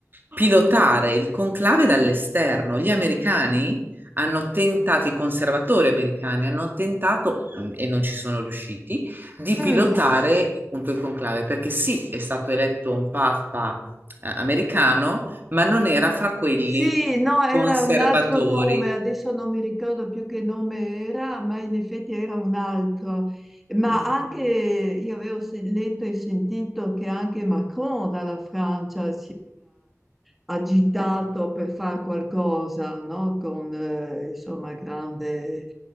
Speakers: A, on the right; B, in the centre.
A: pilotare il conclave dall'esterno. Gli americani hanno tentato, i conservatori americani hanno tentato, mm, e non ci sono riusciti, di
B: mm.
A: pilotare appunto il conclave, perché sì, è stato eletto un papa eh, americano, ma non era fra quelli
B: Sì, no, era
A: conservatori.
B: un altro nome, adesso non mi ricordo più che nome era, ma in effetti era un altro. Ma
A: Mm.
B: anche io avevo se- letto e sentito che anche Macron dalla Francia agitato per fare qualcosa, no? Con eh, insomma grande